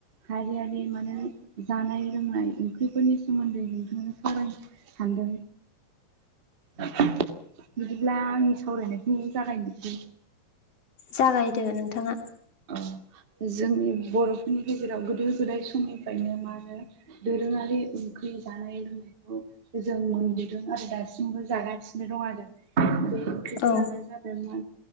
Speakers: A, on the right; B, on the left.
A: हारियारि माने जानाय लोंनाय ओंख्रिफोरनि सोमोन्दै नोंथाजों सावरायनो सानदों द <unintelligible> बिदिब्ला आंनि सावरायनायखौ जागायनोसै
B: जागायदो नोंथाङा
A: <inaudible> जोंनि बर'फोरनि गेजेराव गोदो- गोदाय समनिफ्रायनो मा होनो दोरोङारि ओंख्रि जानाय लोंनायखौ जों मोनबोदों आरो दासिमबो जागासिनो दं आरो ओंख्रिफोरानो
B: औ
A: जादों मा